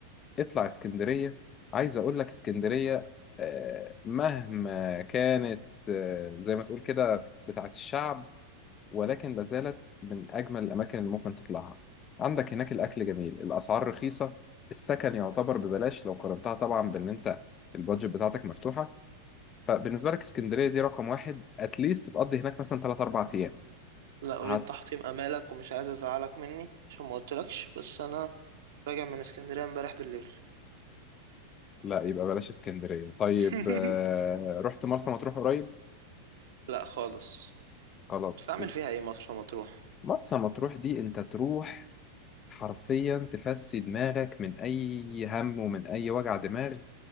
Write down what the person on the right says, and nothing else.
لا اريد
تحطيم امالك ومش عايز ازعلك مني عشان ما قلتلكش بس انا راجع من اسكندرية امبارح بالليل
<laughs>
لا خالص
بس اعمل
فيها ايه مرسى مطروح